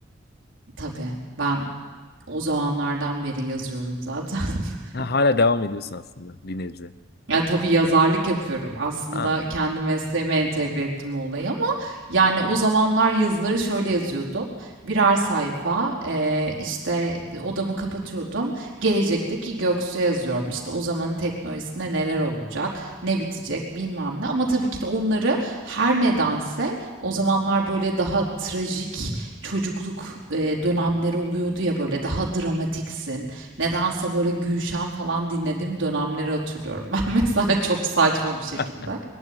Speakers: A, on the right; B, on the left.
A: Tabii ben o zamanlardan beri yazıyorum zaten. <laughs>
B: Ha, hala devam ediyorsun aslında bir nebze.
A: Ya tabii yazarlık yapıyorum. Aslında
B: Ha.
A: kendi mesleğime entegre ettim o olayı ama yani o zamanlar yazıları şöyle yazıyordum. Birer sayfa eee, işte odamı kapatıyordum. Gelecekteki Göksu'ya yazıyorum. İşte o zamanın teknolojisinde neler olacak, ne bitecek bilmem ne. Ama tabii ki de onları her nedense o zamanlar böyle daha trajik çocukluk eee, dönemleri oluyordu ya böyle daha dramatiksin. Nedense böyle Gülşen falan dinlediğim dönemleri hatırlıyorum <laughs> ben mesela çok saçma bir şekilde.
B: <laughs>